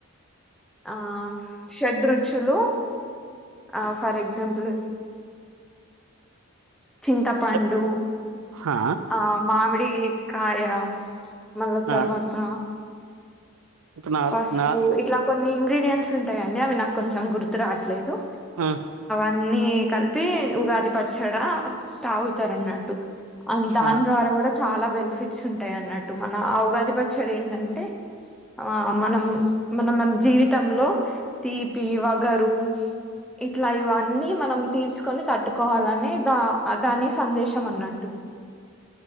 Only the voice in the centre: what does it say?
ఆ షడ్ రుచులు ఆ ఫర్ ఎగ్జాంపుల్ <inaudible> చింతపండు
ఆ మామిడి కాయ మళ్ళ
తర్వాత
పసుపు
ఇట్లా కొన్ని ఇన్ని ఇంగ్రీడియన్స్ ఉంటయండి అవి నాకు కొంచెం గుర్తు రాట్లేదు
అన్ని కలిపి ఉగాది పచ్చడ తాగు తరనట్టు దాని
ద్వారా గూడా చాలా బెనిఫి ఫిట్స్ ఉంటాయి అన్నట్టు మన ఆ ఉగాది పచ్చడ ఏందంటే ఆ మనం మనం మన జీవితంలో తీపి వగరు ఇట్లా ఇవన్నీ మనం తీసుకొని తట్టుకోవాలని దా దాని సందేశం అన్నట్టు